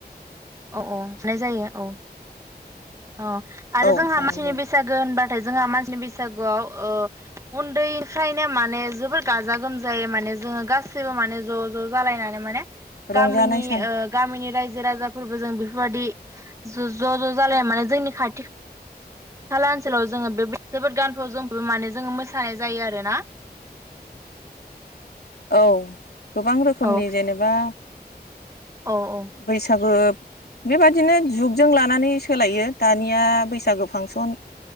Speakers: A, on the right; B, on the left.
A: औ औ मोननाय जायो। औ औ आरो
B: औ
A: जोंहा
B: जानाय
A: मानसिनि
B: जायो
A: बैसागो होनबाथाय जोंहा मानसि नि बैसागुआव उन्दैनिफ्रायनो माने जोबोर गाजा गोमजायै माने जोङो गासैबो गासैबो माने ज' ज' जालायनानै माने
B: रंजानाय
A: गामिनि
B: सान
A: ओ गामिनि रायजो राजा फोरबो जों बेफोरबायदि ज' ज' जालाया माने जोंनि खाथि खाला ओनसोलाव जोङो बे जोबोद गानफाव जोमफब माने जोङो मोसानाय जायो आरोना। <inaudible>
B: औ गोबां रोखोमनि
A: औ
B: जेनेबा
A: औ औ
B: बैसागु बेबादिनो जुगजों लानानै सोलायो दानिया बैसागो फांसन